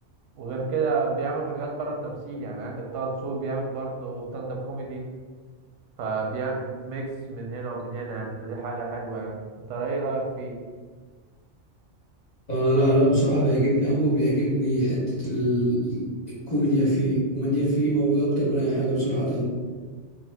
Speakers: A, on the right; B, on the left.
A: وغير كده بيعملوا حاجات بره التمثيل يعني عندك طه دسوقي بيعمل برضه ستاند اب كوميدي فبيعمل ميكس من هنا وبين هنا يعني فدي حاجة حلوة يعني انت ايه رأيك فيه؟
B: آه لا لا بصراحة بيعجبني أوي بيعجبني حتة ال... الكوميديا فيه الكوميديا فيه موجودة أكتر من أي حاجة بصراحة تانية